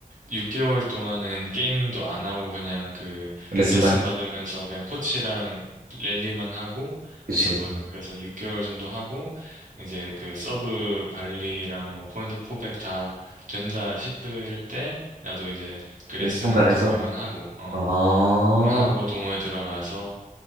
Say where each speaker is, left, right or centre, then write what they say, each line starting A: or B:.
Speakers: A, on the right (about 60°); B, on the right (about 80°).
A: 6개월 동안은 게임도 안 하고 그냥 그
B: 레슨만.
A: 레슨 받으면서 그냥 코치랑 랠리만 하고
B: 그치,
A: 했었거든.
B: 그치.
A: 그래서 6개월 정도 하고 이제 그 서브 발리랑 뭐 포인트 포백 다 된다 싶을 때 나도 이제 그 레슨은
B: 참가를
A: 이제
B: 해서.
A: 그만하고, 어,
B: 아,
A: 그만하고 동호회 들어가서